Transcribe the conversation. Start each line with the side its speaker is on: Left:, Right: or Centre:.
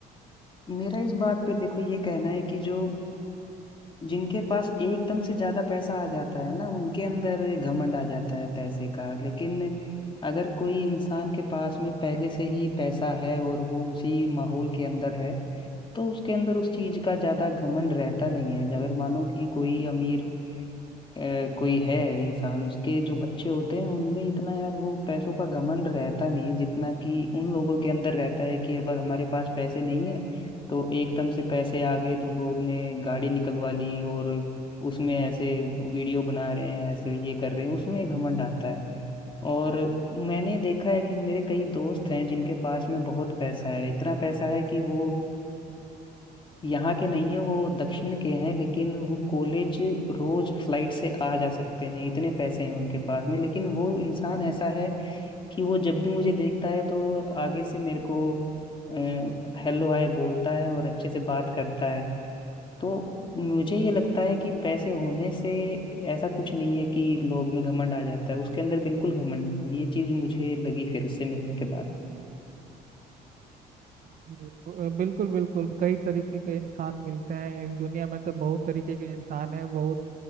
Left: मेरा इस बात पे देखो ये कहना है कि जो जिनके पास एकदम से ज्यादा पैसा आ जाता है ना उनके अंदर घमंड आ जाता है पैसे का लेकिन अगर कोई इंसान के पास में पहले से ही पैसा है और वो उसी माहौल के अंदर है तो उसके अंदर उस चीज का ज्यादा घमंड रहता नहीं है अगर मानो कि कोई अमीर अ, कोई है इंसान उसके जो बच्चे होते हैं उनमें इतना यार वो पैसों का घमंड रहता नहीं है जितना कि उन लोगों के अंदर रहता है कि अगर हमारे पास पैसे नहीं है तो एकदम से पैसे आ गए तो लोग ने गाड़ी निकलवा ली और उसमें ऐसे वीडियो बना रहे हैं ऐसे ये कर रहे हैं उसमें घमंड आता है और मैंने देखा है कि मेरे कई दोस्त हैं जिनके पास में बहुत पैसा है इतना पैसा है कि वो यहाँ के नहीं है वो दक्षिण के हैं लेकिन वो कॉलेज रोज फ्लाइट से आ जा सकते हैं इतने पैसे हैं उनके पास में लेकिन वो इंसान ऐसा है कि वो जब भी मुझे देखता है तो आगे से मेरे को हेलो हाय बोलता है और अच्छे से बात करता है तो मुझे ये लगता है कि पैसे होने से ऐसा कुछ नहीं है कि लोग में घमंड आ जाता है उसके अंदर बिल्कुल घमंड नहीं ये चीज मुझे लगी फिर उससे मिलने के बाद
Right: अ, बिल्कुल बिल्कुल कई तरीके के इंसान मिलते हैं इस दुनिया में तो बहुत तरीके के इंसान हैं बहुत